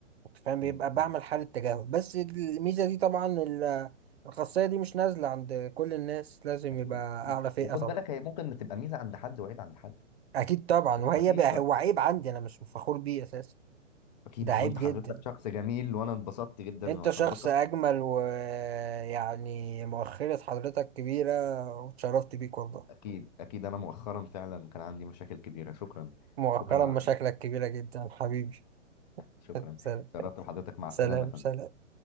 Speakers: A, on the right; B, on the left.
A: انت فاهم بيبقى
B: مم. مم.
A: بعمل حالة تجاهل بس الميزة دي طبعا ال- الخاصية دي مش نازلة عند كل الناس لازم
B: اكيد
A: يبقى اعلى
B: اكيد
A: فئة
B: وخد
A: طبعا
B: آه. بالك هي ممكن تبقى ميزه عند حد وعيب عند حد
A: اكيد طبعا
B: بس
A: وهي
B: مفيش
A: بقى
B: رأي.
A: هو عيب عندي انا مش فخور بيه اساسا
B: اكيد
A: ده عيب
B: وانت حضرتك
A: جدا
B: شخص جميل وانا اتبسطت جدا
A: انت
B: وحضرتك
A: شخص اجمل ويعني مؤخرة حضرتك كبيرة واتشرفت بيك والله
B: اكيد اكيد انا مؤخرا فعلا كان عندي مشاكل كبيره شكرا
A: مؤخرا
B: شكرا
A: مشاكلك كبيرة جدا حبيبي
B: شكرا
A: <laughs> سلام
B: شرفت بحضرتك مع
A: سلام
B: السلامه يا فندم
A: سلام